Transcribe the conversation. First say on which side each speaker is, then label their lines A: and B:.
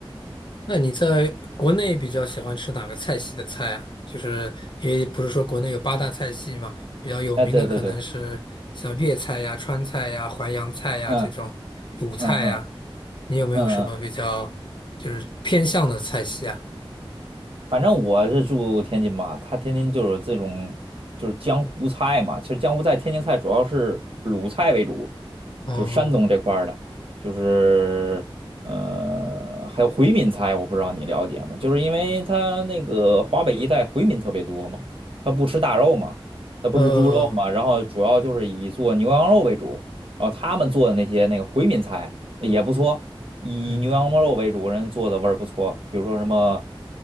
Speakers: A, on the left; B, on the right.
A: 那你在国内比较喜欢吃哪个菜系的菜啊？就是也不是说国内有八大菜系嘛，比较有名的可能是像粤菜呀、
B: 哎，对对对，
A: 川菜呀、淮扬菜呀这种鲁菜呀，
B: 嗯嗯嗯
A: 你有没有什么比较就是偏向的菜系啊？
B: 嗯嗯，反正我是住天津嘛，它天津就是这种就是江湖菜嘛。其实江湖菜、天津菜主要是鲁菜为主，
A: 哦，
B: 就是山东这块儿的，就是呃还有回民菜，我不知道你了解吗？就是因为它那个华北一带回民特别多嘛，他不吃大肉嘛，他不吃猪肉嘛，
A: 呃，
B: 然后主要就是以做牛羊肉为主，然后他们做的那些那个回民菜也不错。以牛羊肉为主，
A: 嗯，
B: 人做的味儿不错，比如说什么